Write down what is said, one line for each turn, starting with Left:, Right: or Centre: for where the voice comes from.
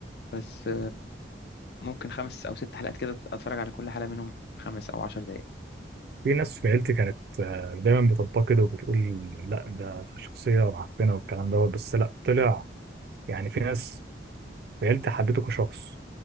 Left: بس ممكن خمس أو ست حلقات كده أتفرج على كل حلقة منهم خمس أو عشر دقايق
Right: في ناس في عيلتي كانت آه، دايما بتنتقد وبتقول لا ده ده شخصية معفنة والكلام دوت بس لا طلع يعني في ناس بجد حبيته كشخص